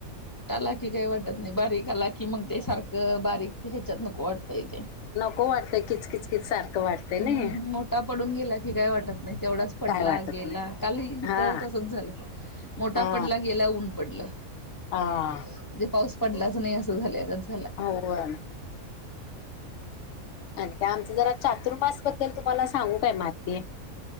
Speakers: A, on the left; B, on the left.
A: मोठा आला की काही वाटत नाही बारीक आला की मग ते सारखं बारीक ह्याच्यात नको वाटतंय ते
B: नको वाटतंय किचकिच किचकीच सारखं वाटतंय
A: हम्म
B: नई
A: मोठा पडून गेला की काय वाटत नाही तेवढाच पडला
B: काय वाटत
A: गेला
B: नाही
A: काल इथं
B: हा
A: तसच झालं. मोठा
B: हा
A: पडला गेला ऊन पडलं.
B: हा
A: म्हणजे पाऊस पडलाच नाही असं झालंय गच्च
B: होय. आणि का आमच जरा चातुर्मास बद्दल तुम्हाला सांगू काय माहिती